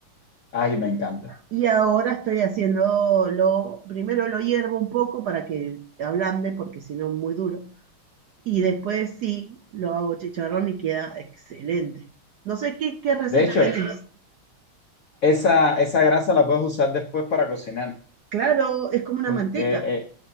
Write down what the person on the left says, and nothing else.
Ay, me encanta.
De hecho,
esa, esa grasa la puedes usar después para cocinar,
porque
eh,